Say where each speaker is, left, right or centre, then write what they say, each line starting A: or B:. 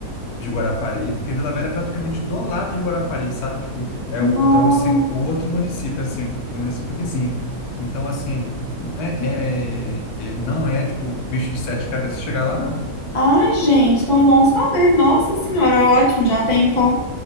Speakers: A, on the left (about 80°); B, on the left (about 35°).
A: de Guarapari, porque Vila Velha é praticamente do lado de Guarapari, sabe? Tipo, é
B: Nossa.
A: o, é o, se- o outro município, assim, o município vizinho. Então, assim, é, é- é- é- não é, tipo, bicho de sete cabeças chegar lá, não.
B: Ai, gente, tão bom saber. Nossa Senhora, ótimo. Já tem então